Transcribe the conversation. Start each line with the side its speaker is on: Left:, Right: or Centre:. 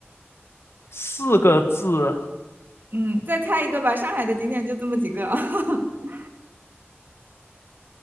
Left: 四个字，
Right: 嗯，再猜一个吧，上海的景点就这么几个。<laughs>